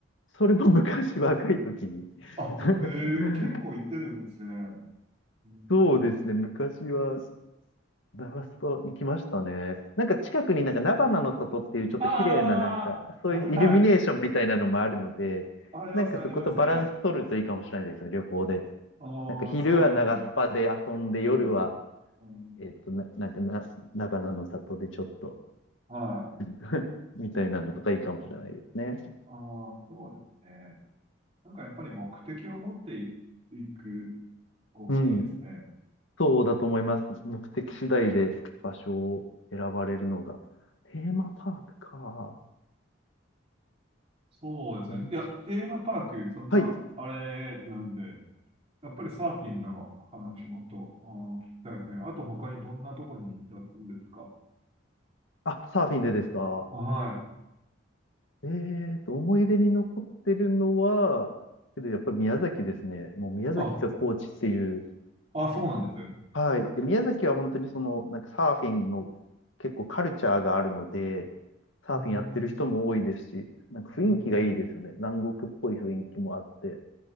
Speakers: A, on the left (about 70°); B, on the right (about 30°).
A: それも昔若い時に。
B: あ、
A: <laughs>
B: ええ結構行ってるんですね。うん、
A: そうですね、昔はザバス行きましたね。なんか近くになんか菜花の里っていうちょっと綺麗ななんかそういうイルミネーションみたいなのもあるので、
B: ああ、はい。あります、
A: なんかそことバランス取るといいかもしれないですね、
B: あります。
A: 旅行で。
B: ああ、
A: なんか昼は長スパで遊んで夜は、
B: そうですね。うん。うん
A: えっと、な、なんかな、菜花の里でちょっと
B: はい。
A: <laughs> みたいなのとかいいかもしれないですね。
B: ああ、そうですね。なんかやっぱり目的を持ってい、いく方がいいですね。
A: うん。そうだと思います。目的次第で場所を選ばれるのが。テーマパークか。
B: そうですね。
A: 面白い。
B: いや、テーマパーク、そんな、
A: はい。
B: あれなんで、やっぱりサーフィンの話もっと、あの、聞きたいですね。あと他にどんなとこに行ったんですか
A: あ、サーフィンでですか。
B: はい。
A: えーと、思い出に残ってるのは、けどやっぱり宮崎ですね。もう宮崎が高知っていう。
B: あ、あ、そうなんですね。
A: はい。で、宮崎は本当にその、なんかサーフィンの結構カルチャーがあるので、サーフィンやってる人も多いですし、
B: うーん。
A: なんか雰囲気がいいですよね。
B: うーん
A: 南国っぽい雰囲気もあって。